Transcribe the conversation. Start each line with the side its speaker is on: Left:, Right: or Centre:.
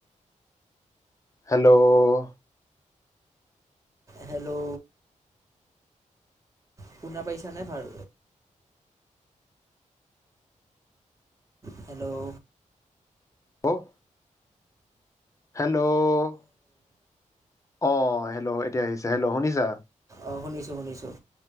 Left: হেল্ল',
Right: হেল্ল' শুনা পাইছানে ভাল হেল্ল'
Left: হ <unintelligible> হেল্ল' অ হেল্ল' এতিয়া আহিছে হেল্ল' শুনিছা।
Right: অঁ শুনিছোঁ শুনিছোঁ।